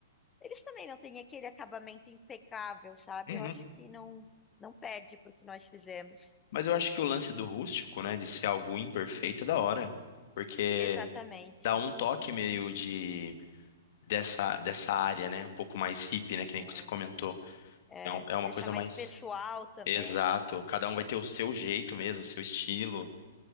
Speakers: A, on the left; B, on the left.
A: eles também não têm aquele acabamento impecável, sabe?
B: Uhum.
A: Eu acho que não, não perde porque nós fizemos.
B: Mas eu acho que o lance do rústico, né? De ser algo imperfeito é da hora. Porque.
A: Exatamente.
B: dá um toque meio de dessa dessa área, né? Um pouco mais hippie, né? Que nem
A: É,
B: que você comentou.
A: é,
B: É, um- é uma
A: deixa
B: coisa
A: mais
B: mais
A: pessoal também.
B: exato. Cada um vai ter o seu jeito mesmo, o seu estilo.